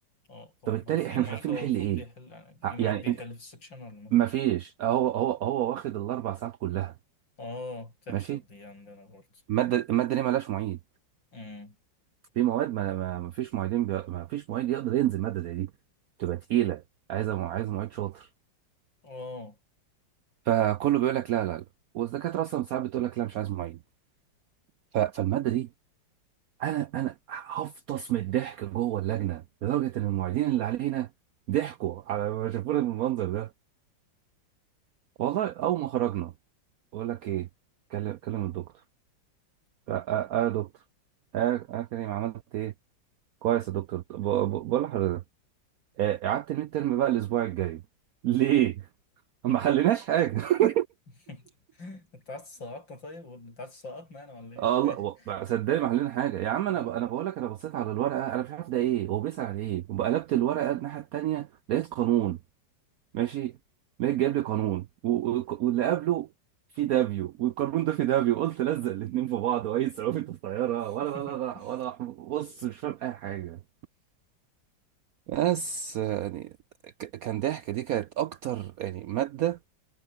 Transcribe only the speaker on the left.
اه طب
ما في
معيد
هو
المفروض
بيحل يعني في
معيد
بيحل
في السكشن ولا ما فيش
اه بتحصل
دي عندنا برضه
امم
اه
<laughs>
<laughs> انت عايز تسقطنا طيب ولا انت عايز تسقطنا انا ولا
ايه مش فاهم
مم.
<laughs>